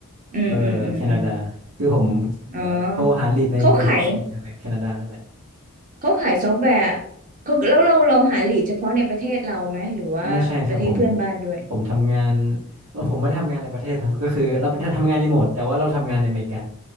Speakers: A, on the right; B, on the right.
A: อืมอืมอืมอืม
B: เอ่อแคนาดาคือผม
A: อ๋อ
B: เอ่อโทรหาลีดในประเทศอเมริกาและแคนาดานั่นแหละ
A: เขาขาย เขาขายซอฟต์แวร์เขาแล้วเราเราหาลีดเฉพาะในประเทศเราไหมหรือว่าประเทศเพื่อนบ้านด้วย
B: ไม่ใช่ครับผมผมทำงานเอ่อผมไม่ได้ทำงานในประเทศครับก็คือเราถ้าทำงานรีโมทแต่ว่าเราทำงานในอเมริกา